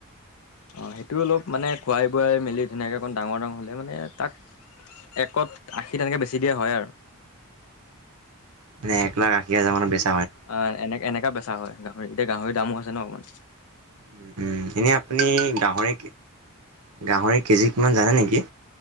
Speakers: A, on the left; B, on the right.
A: অ সেইটো অলপ মানে খুৱাই বোৱাই মেলি ধুনীয়াকে অকণ ডাঙৰ ডাঙৰ হলে মানে তাক একত আশী তেনেকে বেছি দিয়া হয় আৰু।
B: মানে এক লাখ আশী হাজাৰ মানত বেছে?
A: অ এনে এনেকা বেচা হয় গাহৰি। এতিয়া গাহৰি দামো হৈছে ন অকন।
B: উম, উম। এনেই আপুনি গাহৰি, গাহৰি কেজি কিমান জানে নেকি?